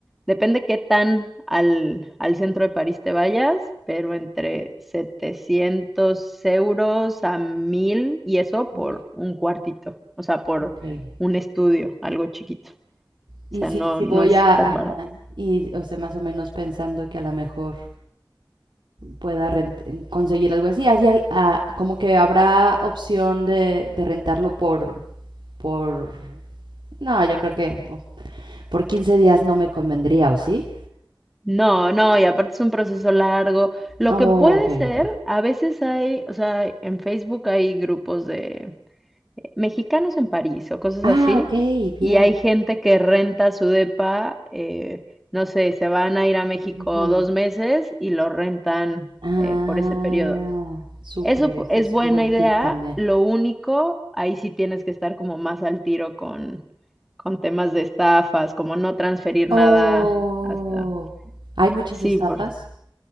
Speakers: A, in the centre; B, on the right.
A: depende qué tan al, al centro de París te vayas, pero entre 700 euros a 1000 y eso por
B: Ok,
A: un cuartito, o sea, por
B: ok.
A: un estudio, algo chiquito.
B: Y
A: O sea,
B: si,
A: no,
B: si
A: no
B: voy
A: es
B: a,
A: tan
B: ajá,
A: barato.
B: y, o sea, más o menos pensando que a lo mejor pueda rent- conseguir algo así. Así al- ah, como que habrá opción de, de rentarlo por, por... No, yo creo que oh, por 15 días no me convendría, ¿o sí?
A: No, no, y aparte es un proceso largo. Lo
B: Oh,
A: que puede
B: ok,
A: ser,
B: ok.
A: a veces hay, o sea, en Facebook hay grupos de eh, mexicanos en París o cosas
B: Ah,
A: así,
B: ok, bien.
A: y hay gente que renta su depa, eh, no sé, se van a ir a México
B: Ujú.
A: dos meses y lo rentan
B: Ah,
A: eh, por ese periodo.
B: súper,
A: Eso pu-
B: ese
A: es
B: es
A: buena
B: un buen
A: idea,
B: tip también.
A: lo único, ahí sí tienes que estar como más al tiro con, con temas de estafas, como no transferir
B: Oh,
A: nada hasta...
B: ¿hay muchas
A: Sí,
B: estafas?
A: por